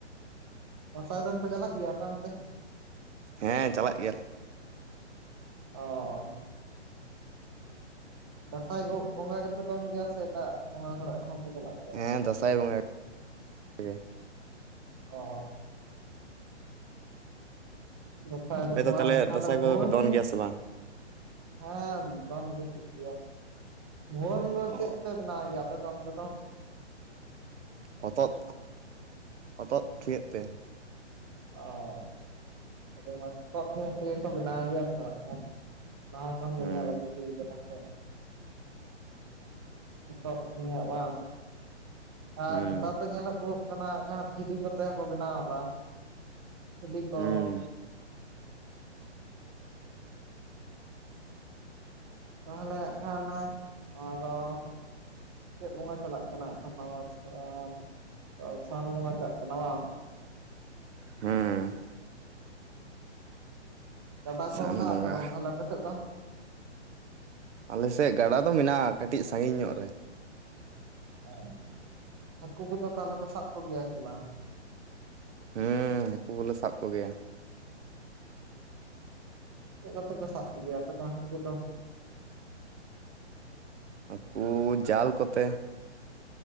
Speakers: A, on the right; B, on the right.
A: ᱫᱟ. ᱥᱟᱭ ᱫᱚᱱ ᱠᱚ ᱪᱟᱞᱟᱜ ᱜᱤᱭᱟᱹ ᱟᱯᱮ ᱚᱱᱛᱮ?
B: ᱦᱮᱸ ᱪᱟᱞᱟᱜ ᱜᱮᱭᱟᱞᱮ ᱾
A: ᱚ᱾ ᱫᱟᱸᱥᱟᱭ ᱵᱚᱸᱜᱟ ᱜᱮᱯᱮ ᱫᱚᱱ ᱜᱮᱭᱟ ᱥᱮ ᱮᱴᱟᱜ ᱵᱚᱸᱜᱟ ᱠᱚᱨᱮ ᱦᱚᱸᱯᱮ ᱪᱟᱞᱟᱜ? ᱜᱮᱭᱟ ᱟᱯᱮ
B: ᱦᱮᱸ
A: ᱫᱚ
B: ᱫᱟᱸᱥᱟᱭ ᱵᱚᱸᱜᱟ ᱜᱮ ᱾
A: ᱚ ᱦᱚᱸ᱾ ᱫᱟᱸᱫᱟᱭ
B: ᱟᱯᱮ ᱫᱚ
A: ᱵᱚᱸᱜᱟ
B: ᱛᱟᱦᱚᱞᱮ
A: ᱛᱟᱦᱞᱮ
B: ᱫᱟᱸᱥᱟᱭ ᱠᱚᱫᱚ
A: ᱦᱚᱭ
B: ᱯᱮ ᱫᱚᱱ ᱜᱮᱭᱟ
A: ᱾
B: ᱥᱮ ᱵᱟᱝ
A: ᱦᱮᱸ ᱫᱚᱱ ᱜᱮ ᱦᱩᱭᱩᱜ ᱜᱮᱭᱟ ᱵᱷᱣᱟᱹᱝ ᱫᱚ
B: ᱚ
A: ᱪᱮᱫᱯᱮ ᱵᱮᱱᱟᱣ ᱜᱮᱭᱟ ᱟᱯᱮ ᱫᱚ ᱚᱸᱛᱮ ᱫᱚ?
B: ᱦᱚᱛᱚᱫ ᱦᱚᱛᱚᱫ ᱛᱷᱤᱭᱟᱹᱜ ᱛᱮ᱾
A: ᱚ᱾ ᱟᱹᱰᱤ ᱢᱚᱡ ᱯᱚᱴ ᱧᱚᱜ ᱛᱮᱜᱮ ᱠᱚ ᱵᱮᱱᱟᱣ ᱜᱮᱭᱟ ᱛᱚ ᱾ ᱞᱟᱦᱟ ᱠᱷᱚᱱ
B: ᱦᱩᱸ
A: ᱜᱮ ᱧᱮᱞ ᱟᱹᱜᱩ ᱦᱩᱭ ᱠᱟᱱᱟ ᱥᱮ᱾ ᱮᱚᱛᱚᱵ ᱧᱚᱜ ᱵᱟᱝ
B: ᱦᱩᱸ
A: ᱟᱨ ᱱᱮᱛᱟᱨ ᱫᱚ ᱧᱮᱞᱚᱜᱚᱜ ᱠᱟᱱᱟ ᱡᱟᱦᱟᱸ ᱡᱷᱤᱨᱡᱤ ᱠᱚᱛᱮ ᱦᱚ ᱠᱚ ᱵᱮᱱᱟᱣ ᱮᱫᱟ, ᱡᱷᱤᱞᱤ ᱠᱚ᱾
B: ᱦᱩᱸ
A: ᱛᱟᱦᱞᱮ ᱦᱟᱜ ᱠᱷᱟᱱ ᱱ ᱱᱚᱣᱟ ᱫᱚ ᱪᱮᱫ ᱵᱚᱸᱜᱟ ᱪᱟᱞᱟᱜ ᱠᱟᱱᱟ ᱮᱠᱷᱟᱱ ᱱᱚᱣᱟ ᱥᱟᱱ, ᱚ ᱥᱟᱱ ᱵᱚᱸᱜᱟ ᱪᱟᱞᱟᱜ ᱠᱟᱱᱟ ᱵᱟᱝ?
B: ᱦᱮᱸ᱾
A: ᱜᱟᱰᱟ
B: ᱥᱟᱱ
A: ᱠᱚ ᱢᱮᱱᱟᱜ
B: ᱵᱚᱸᱜᱟ
A: ᱟᱥᱮ ᱵᱟᱝ ᱛᱟᱦᱞᱮ ᱟᱯᱮ ᱥᱮᱫ ᱫᱚ?
B: ᱟᱞᱮ ᱥᱮᱫ ᱜᱟᱰᱟ ᱫᱚ ᱢᱮᱱᱟᱜᱼᱟ, ᱠᱟᱹᱴᱤᱡ ᱥᱟᱺᱜᱤᱧ ᱧᱚᱜ ᱨᱮ᱾
A: ᱦᱮᱸ ᱦᱟᱹᱠᱩ ᱠᱚᱫᱚ ᱛᱟᱦᱞᱮ ᱯᱮ ᱥᱟᱵ ᱠᱚᱜᱮᱭᱟ ᱥᱮ ᱵᱟᱝ?
B: ᱦᱮᱸ ᱦᱟᱹᱠᱩ ᱠᱚᱞᱮ ᱥᱟᱵ ᱠᱚᱜᱮᱭᱟ᱾
A: ᱪᱮᱫ ᱠᱚᱛᱮ ᱯᱮ ᱥᱟᱵ ᱠᱚᱜᱮᱭᱟ ᱟᱯᱮ ᱫᱚ ᱦᱟᱹᱠᱩ ᱠᱚ ᱫᱚ?
B: ᱦᱟᱹᱠᱩ ᱡᱟᱞ ᱠᱚᱛᱮ?